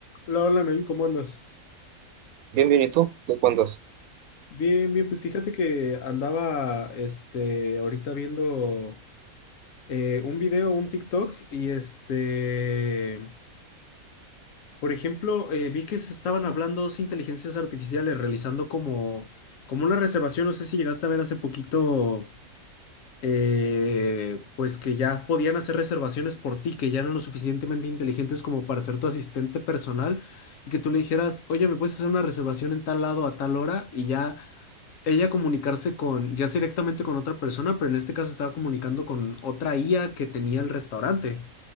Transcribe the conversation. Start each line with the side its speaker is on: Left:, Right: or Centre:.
Left: Hola, hola, Nain, ¿cómo andas?
Right: Bien, bien, ¿y tú? ¿Qué cuentas?
Left: Bien, bien, pues fíjate que andaba, este, ahorita viendo eh, un video, un TikTok, y este, por ejemplo, eh, vi que se estaban hablando dos inteligencias artificiales realizando como, como una reservación, no sé si llegaste a ver hace poquito, eh, pues que ya podían hacer reservaciones por ti, que ya eran lo suficientemente inteligentes como para ser tu asistente personal, y que tú le dijeras, oye, ¿me puedes hacer una reservación en tal lado a tal hora? Y ya ella comunicarse con, ya sea directamente con otra persona, pero en este caso estaba comunicando con otra IA que tenía el restaurante.